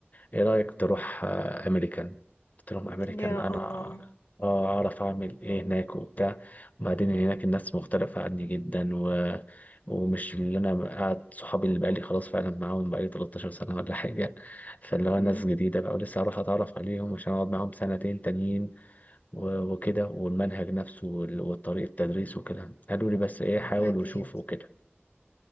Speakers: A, on the left; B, on the left.
A: ايه رأيك تروح آه، امريكان قلت لهم امريكان
B: يا
A: انا
B: الله
A: آه، اعرف اعمل ايه هناك وبتاع وبعدين هناك الناس مختلفة عني جدا و... ومش اللي انا قاعد صحابي اللي بقالي خلاص فعلا معاهم بقالي 13 سنة ولا حاجة فاللي هو
B: مم.
A: ناس جديدة بقى ولسه هروح اتعرف عليهم عشان اقعد معاهم سنتين تانيين و... وكده والمنهج نفسه وال- والطريقة التدريس وكده قالوا لي بس ايه حاول
B: أكيد
A: وشوف وكده